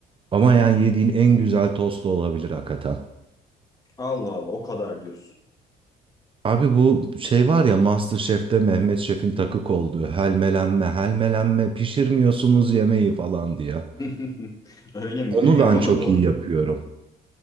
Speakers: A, on the right; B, on the left.
A: Ama yani yediğin en güzel tost da olabilir hakikaten.
B: Allah Allah o kadar diyorsun.
A: Abi bu şey var ya MasterChef'te Mehmet Şef'in takık olduğu helmelenme helmelenme pişirmiyorsunuz yemeği falan diye.
B: <laughs> Öyle mi
A: Onu
B: bilmiyorum
A: ben çok
B: ama doğrudur.
A: iyi yapıyorum.